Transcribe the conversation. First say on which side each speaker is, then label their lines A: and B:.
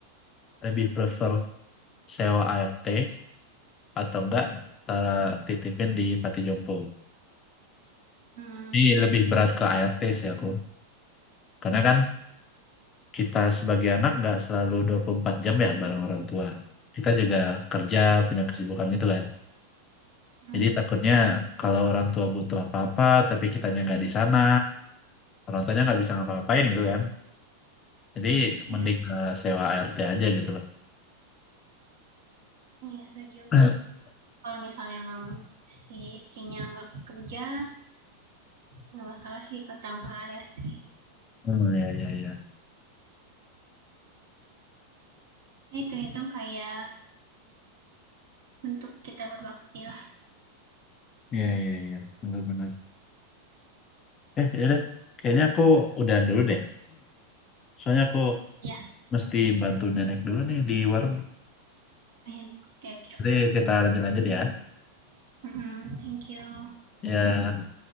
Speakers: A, on the left; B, on the right.
A: lebih prefer sewa ART atau enggak ta- titipin di Pati Jompo.
B: Hmm,
A: Ini
B: hmm, hmm,
A: lebih berat ke ART sih aku. Karena kan kita sebagai anak nggak selalu 24 jam ya bareng orang tua. Kita juga kerja, punya kesibukan gitu kan.
B: hmm.
A: Jadi takutnya kalau orang tua butuh apa-apa, tapi kitanya nggak di sana, orang tuanya nggak bisa ngapa-ngapain gitu kan. Jadi
B: iya,
A: mending eh, sewa ART aja gitu loh.
B: iya setuju.
A: <clears throat>
B: Kalau misalnya emang si istrinya nggak kerja, nggak masalah sih kalau tanpa HRT.
A: Hmm, ya, ya, ya.
B: Ya, hitung-hitung kayak bentuk kita berbakti lah.
A: Ya, ya, ya. Benar-benar. Eh, ya udah. Kayaknya aku udahan dulu deh. Soalnya aku
B: Ya,
A: mesti bantu nenek dulu nih di warung.
B: lumayan. Oke, oke.
A: Jadi kita lanjut-lanjut ya.
B: Mm-mm, thank you.
A: Ya,